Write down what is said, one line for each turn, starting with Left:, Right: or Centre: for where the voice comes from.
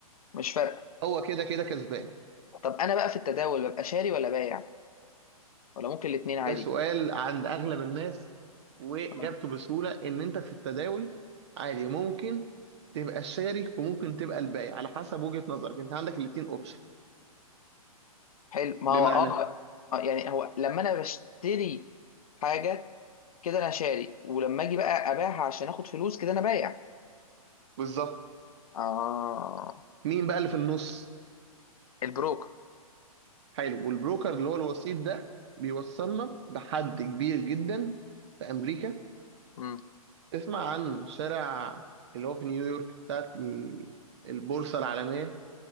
Left: مش فارقه
Right: هو كده كده كسبان
Left: طب انا بقى في التداول ببقى شاري ولا بايع ولا ممكن الاثنين عادي
Right: ده سؤال عند اغلب الناس واجابته
Left: آه.
Right: بسهوله ان انت في التداول عادي ممكن تبقى الشاري وممكن تبقى البائع على حسب وجهه نظرك انت عندك الاتنين اوبشن
Left: حلو ما
Right: بمعنى
Left: هو اه آه، يعني هو لما انا بشتري حاجه كده انا شاري ولما اجي بقى ابيعها عشان اخد فلوس كده انا بايع
Right: بالظبط
Left: اه
Right: مين بقى اللي في النص
Left: البروكر
Right: حلو والبروكر اللي هو الوسيط ده بيوصلنا بحد كبير جدا في امريكا
Left: مم.
Right: تسمع عن شارع اللي هو في نيويورك بتاعت ال- البورصه العالميه